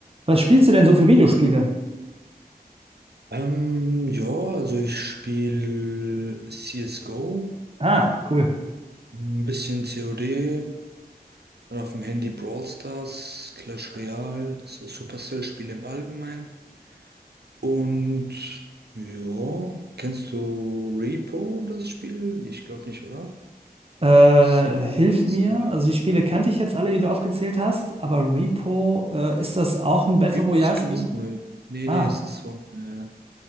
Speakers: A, on the right; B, on the right.
A: Was spielst du denn so für Videospiele?
B: Ähm, ja, also ich spiele CSGO,
A: Ah, cool.
B: ein bisschen COD, dann auf dem Handy Brawl Stars, Clash Royale, so Supercell-Spiele im Allgemeinen. Und ja, kennst du Repo, das Spiel? Ich glaube nicht, oder?
A: Äh,
B: Ist
A: hilf
B: äh, ganz
A: mir.
B: neu.
A: Also die Spiele kannte ich jetzt alle, die du aufgezählt hast, aber Repo, äh, ist das auch ein Battle
B: Repo
A: Royale-Spiel?
B: ist ganz neu. Nee,
A: Ah.
B: nee, es ist so ein, äh,